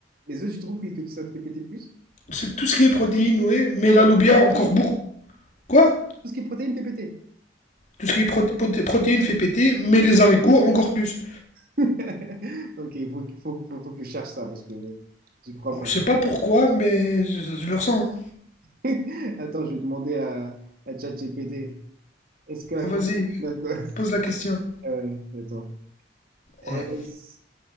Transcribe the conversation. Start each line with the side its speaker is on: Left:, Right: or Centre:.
Right: Les œufs, tu trouves que, que ça te fait péter plus?
Left: C'est tout ce qui est protéines, ouais, mais la loubia,
Right: Les protéines,
Left: encore
Right: en
Left: beaucoup.
Right: fait.
Left: Quoi
Right: Tout ce qui est protéines fait péter.
Left: Tout ce qui est pro- proté- protéines fait péter, mais les haricots, encore plus.
Right: <laughs> Ok, il faut, qu'il faut, faut- faut que je cherche ça parce que j'y crois
Left: Oh,
Right: pas.
Left: Je sais pas pourquoi, mais je, je le ressens. hein.
Right: <laughs> Attends, je vais demander à, à ChatGPT. Est-ce que la
Left: Vas-y,
Right: consommation d'alcool... <laughs>
Left: pose la question.
Right: Euh, attends. Est-ce...
Left: Ouais,